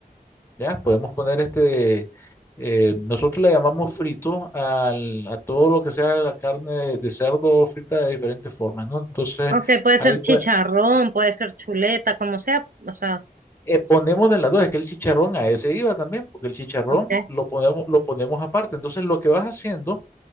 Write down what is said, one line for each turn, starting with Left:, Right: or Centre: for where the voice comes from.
Left: ¿ya? Podemos poner este, eh, nosotros le llamamos frito al, a todo lo que sea la carne de, de cerdo frita de diferentes formas, ¿no? Entonces,
Right: Ok, puede
Left: ahí
Right: ser chicharrón,
Left: pues,
Right: puede ser chuleta, como sea, o sea.
Left: eh, ponemos de las dos, es que el chicharrón a ese iba también, porque el chicharrón
Right: Okay.
Left: lo ponemos, lo ponemos aparte. Entonces, lo que vas haciendo,